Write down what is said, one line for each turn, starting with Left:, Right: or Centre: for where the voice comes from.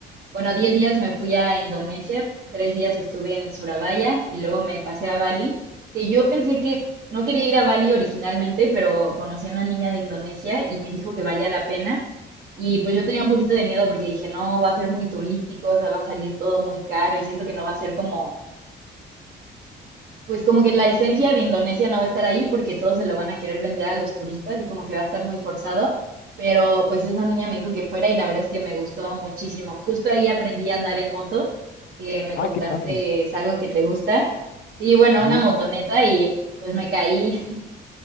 Right: Bueno, 10 días me fui a Indonesia, tres días estuve en Surabaya y luego me pasé a Bali, que yo pensé que no quería ir a Bali originalmente, pero conocí a una niña de Indonesia y me dijo que valía la pena. Y pues yo tenía un poquito de miedo porque dije, no, va a ser muy turístico, o sea, va a salir todo muy caro y siento que no va a ser como pues como que la esencia de Indonesia no va a estar ahí porque todos se lo van a querer vender a los turistas y como que va a estar muy forzado. Pero pues esa niña me dijo que fuera y la verdad es que me gustó muchísimo. Justo ahí aprendí a andar en moto, que me
Left: Ah,
Right: contaste
Left: qué padre.
Right: es algo que te gusta. Sí, bueno,
Left: Sí.
Right: una motoneta y pues me caí <laughs>